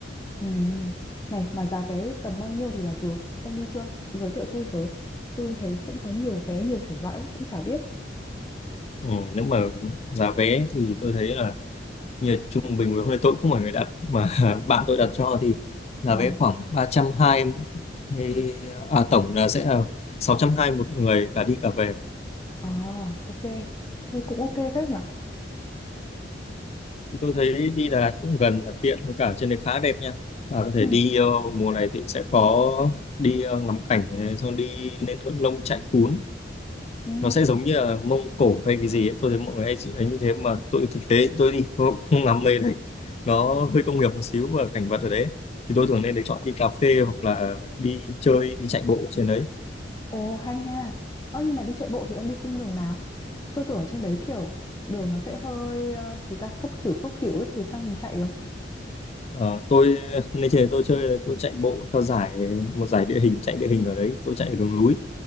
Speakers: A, on the left; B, on the left.
A: Ừ. Này, mà giá vé tầm bao nhiêu thì là vừa? Ông đi chưa? Giới thiệu tôi với. Tôi thấy cũng có nhiều vé, nhiều chủng loại, cũng chả biết.
B: ừ, nếu mà giá vé thì tôi thấy là như là trung bình với hôm nay tôi cũng không phải người đặt mà <laughs> bạn tôi đặt cho thì giá
A: Ờ.
B: vé khoảng 320 hay à, tổng là sẽ là 620 một người cả đi cả về
A: À, ok. Thế cũng ok phết nhở
B: tôi thấy đi Đà Lạt cũng gần mà tiện với cả trên đấy khá đẹp nha bà có thể
A: Ừ.
B: đi ờ, mùa này thì sẽ có đi ờ, ngắm cảnh này, xong đi lên ngọn lông chạy cún
A: Ừ.
B: nó sẽ giống như là Mông Cổ hay cái gì ấy. Tôi thấy mọi người hay ấy như thế mà tôi thực tế tôi đi tôi cũng không làm mê đấy nó hơi công nghiệp một xíu và cảnh vật ở đấy thì tôi thường nên để chọn đi cà phê hoặc là đi chơi đi chạy bộ trên đấy
A: Ồ, hay nha. Ơ, nhưng mà đi chạy bộ thì ông đi khung đường nào? Tôi tưởng ở trên đấy kiểu đường nó sẽ hơi ờ, gì ta khấp khỉu khấp khỉu ấy thì sao mình chạy được?
B: Ờ, tôi nên trên đấy tôi chơi tôi chạy bộ theo giải một giải địa hình chạy địa hình ở đấy tôi chạy ở đường núi